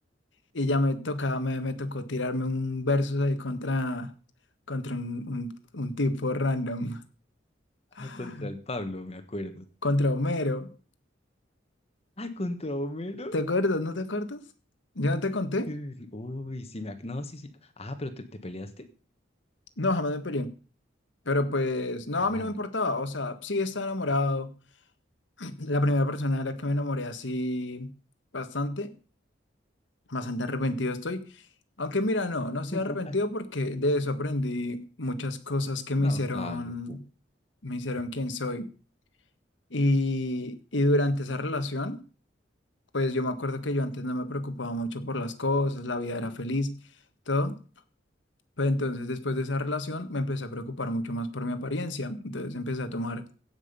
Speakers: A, on the left; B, on the left.
A: y ya me tocaba, me, me tocó tirarme un verso ahí contra, contra un, un un tipo random. <laughs>
B: Ah, contra el Pablo, me acuerdo.
A: contra Homero.
B: Ay, contra Homero.
A: ¿Te acuerdas? ¿No te acuerdas? ¿Ya no te conté?
B: Uy, uy, sí me... ac- No, sí, sí. Ah, pero te, te peleaste.
A: No, jamás me peleé. Pero pues, no,
B: Ajá.
A: a mí no me importaba. O sea, sí estaba enamorado. <clears throat> La primera persona de la que me enamoré así bastante, bastante arrepentido estoy. Aunque mira, no, no
B: <laughs>
A: estoy arrepentido porque de eso aprendí muchas cosas que me
B: No,
A: hicieron,
B: claro. <laughs>
A: me hicieron quien soy. Y, y durante esa relación, pues yo me acuerdo que yo antes no me preocupaba mucho por las cosas, la vida era feliz, todo. Pero entonces, después de esa relación, me empecé a preocupar mucho más por mi apariencia. Entonces, empecé a tomar